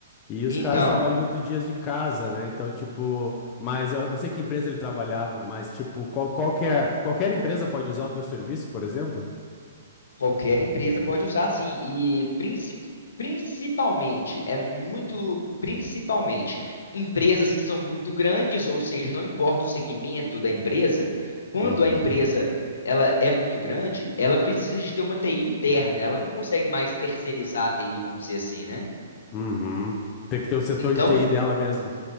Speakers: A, on the left; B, on the left.
A: E os
B: Então,
A: caras trabalham muito dias de casa, né? Então, tipo, mas eu não sei que empresa ele trabalhava, mas, tipo, qual, qualquer, qualquer empresa pode usar o teu serviço, por exemplo?
B: Qualquer empresa pode usar sim, e princi- principalmente, é muito principalmente, empresas que são muito grandes, ou seja, não importa o segmento da empresa, quando
A: Uhum.
B: a empresa ela é muito grande, ela precisa de ter uma TI interna, ela não consegue mais terceirizar a TI, vamos dizer assim, né?
A: Uhum. Tem que ter o setor
B: Então,
A: de TI dela mesmo.